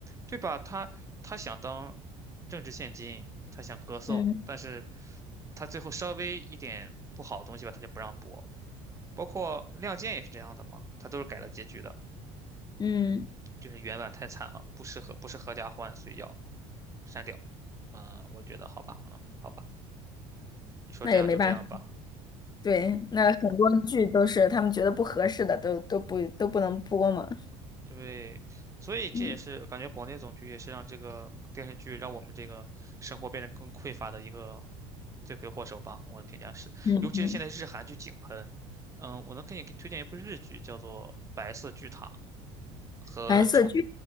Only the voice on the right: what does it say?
对吧？他他想当政治现金，他想歌颂，
但是他最后稍微一点不好的东西吧，他就不让播。包括《亮剑》也是这样的嘛，他都是改了结局的。
就是原版太惨了，不适合不是合家欢，所以要删掉。嗯，我觉得好吧，嗯，好吧，你说这样就这样吧。
对，所以这也是感觉广电总局也是让这个电视剧让我们这个生活变得更匮乏的一个
罪魁祸首吧。我的评价是，
尤其是现在日韩剧井喷，嗯，我能给你推荐一部日剧，叫做《白色巨塔》，和重，